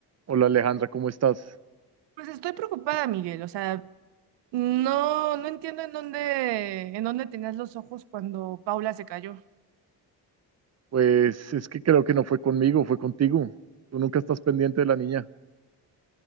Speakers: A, on the right (about 40°); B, on the right (about 80°).
A: Hola Alejandra, ¿cómo estás?
B: Pues estoy preocupada, Miguel. O sea, no, no entiendo en dónde, en dónde tenías los ojos cuando Paula se cayó.
A: Pues es que creo que no fue conmigo, fue contigo. Tú nunca estás pendiente de la niña.